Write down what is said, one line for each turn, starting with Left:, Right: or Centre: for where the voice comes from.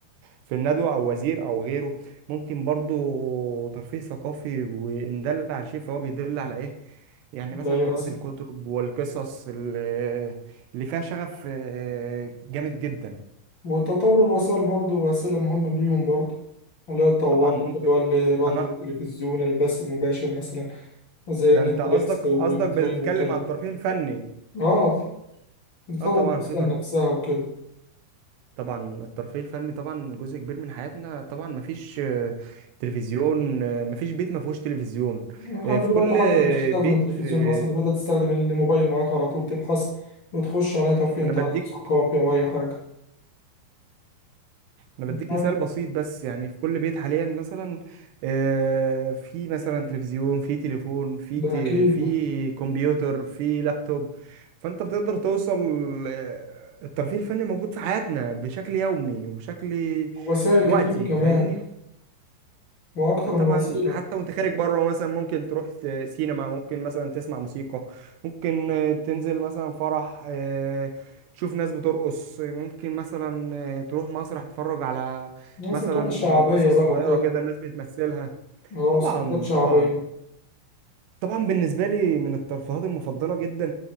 Right: في الندوة او وزير او غيره ممكن برضو ترفيه ثقافي وان دل على شيء فهو بيدل على ايه يعني مثلا
Left: لا ايه
Right: قراءة
Left: مثلا
Right: الكتب والقصص ال- اللي فيها شغف آه، جامد جدا
Left: والتطور الوسائل برضه وسيلة مهمة ليهم برضه ولا اتطورت
Right: طبعا ممكن
Left: اللي هو الراديو
Right: انا
Left: والتلفزيون البث المباشر مثلا وزي
Right: ده
Left: النتفليكس
Right: انت قصدك
Left: والدرايف
Right: قصدك بتتكلم
Left: وكده
Right: على الترفيه الفني
Left: اه تطور
Right: اه طبعا
Left: الوسائل
Right: في
Left: نفسها وكده
Right: طبعا الترفيه الفني طبعا جزء كبير من حياتنا طبعا مفيش آه، تلفزيون آه، مفيش بيت مفيهوش تلفزيون
Left: لحد
Right: آه،
Left: دلوقتي
Right: في كل
Left: حتى
Right: آه،
Left: انت مش هتستخدم
Right: بيت
Left: التلفزيون
Right: في
Left: اصلا دلوقتي هتستخدم الموبايل معاك على طول تبحث وتخش على اي ترفيه انت
Right: انا بديك
Left: عايزه ثقافي او اي حاجه
Right: انا بديك
Left: آه،
Right: مثال بسيط بس يعني في كل بيت حاليا مثلا آه، في مثلا تلفزيون في تليفون في
Left: ده
Right: تي-
Left: اكيد
Right: في كمبيوتر في لابتوب فانت بتقدر توصل آه، الترفيه الفني موجود في حياتنا بشكل يومي وبشكل
Left: وسائل
Right: وقتي
Left: كتير كمان
Right: فاهمني
Left: واكتر من
Right: طبعا
Left: وسيله
Right: حتى وانت خارج بره مثلا ممكن تروح س- سينما ممكن مثلا تسمع موسيقى ممكن آه، تنزل مثلا فرح آه، تشوف ناس بترقص ممكن مثلا آه، تروح مسرح تتفرج على
Left: يعني
Right: مثلا
Left: ثقافه شعبيه
Right: قصص
Left: بقى
Right: صغيرة
Left: وكده
Right: كده الناس بتمثلها
Left: اه
Right: طبعا
Left: ثقافات شعبيه
Right: طبعا طبعا بالنسبة لي من الترفيهات المفضلة جدا